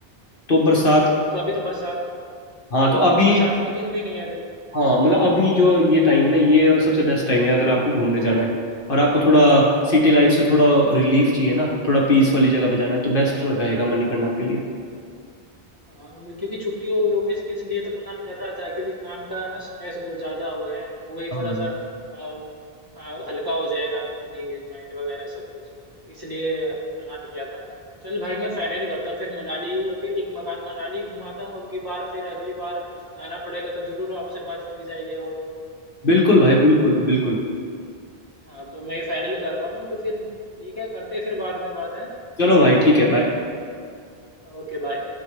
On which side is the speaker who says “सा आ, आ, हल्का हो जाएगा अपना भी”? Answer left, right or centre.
Right